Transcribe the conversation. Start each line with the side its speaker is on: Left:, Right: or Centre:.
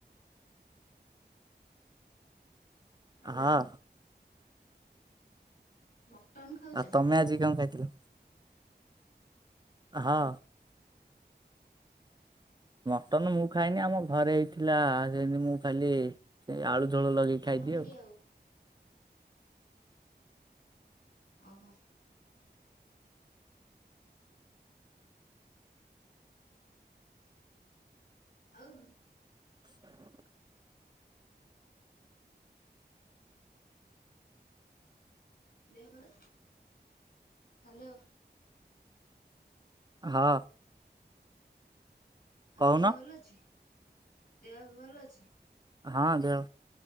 Left: ହ୍ୟାଲୋ
Right: ହଁ।
Left: ମଟନ ଖାଉଛ
Right: ଆଉ ତମେ ଆଜି କଁ ଖାଇଥିଲ? ହଁ। ମଟନ୍ ମୁଁ ଖାଇନି ଆମ ଘରେ ହେଇଥିଲା ସେନ୍ତି ମୁଁ ଖାଲି ସେଇ ଆଳୁ ଝୋଳ ଲଗେଇ
Left: ଆମର
Right: ଖାଇଦିଏ
Left: ଆଜି
Right: ଆଉ।
Left: ଅହୋ। ଆଉ
Right: ଉ
Left: ଦେହ ଭଲ ହାଲୋ।
Right: ହଁ। କହୁନ
Left: ଆଉ ଦେହ ଭଲ ଅଛି? ଦେହ ଏବେ ଭଲ ଅଛି?
Right: ହଁ ଦେହ